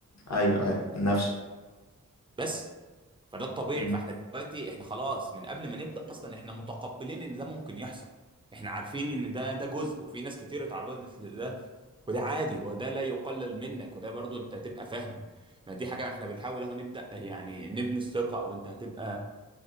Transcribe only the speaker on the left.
ايوه ايوه نفش
امم